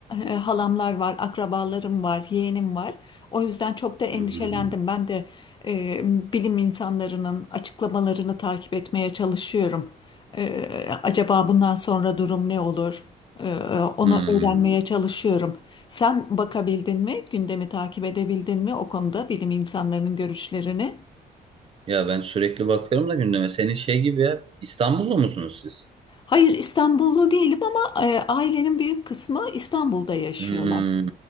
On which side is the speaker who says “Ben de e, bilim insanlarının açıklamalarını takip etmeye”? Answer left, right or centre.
Left